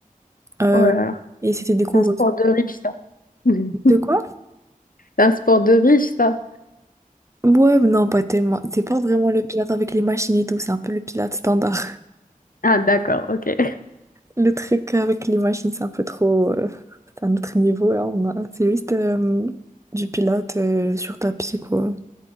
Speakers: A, on the right (about 20°); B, on the left (about 75°).
A: Euh,
B: Oh là là,
A: et c'était des cours
B: C'est un sport de riche, ça. Mhm.
A: de quoi?
B: c'est un sport de riche, ça.
A: Ouais, non, pas tellement. C'est pas vraiment le pilate avec les machines et tout, c'est un peu le pilate standard.
B: Ah d'accord, ok.
A: Le truc avec les machines, c'est un peu trop. euh, <laughs> c'est un autre niveau, là. On a... C'est juste euh, du pilates euh, sur tapis, quoi.